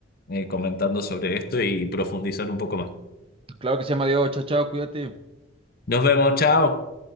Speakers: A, on the left; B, on the right.
A: eh, comentando sobre esto y profundizar un poco más.
B: Claro que sí, Amadeo, chao, chao, cuídate.
A: Nos vemos, chao.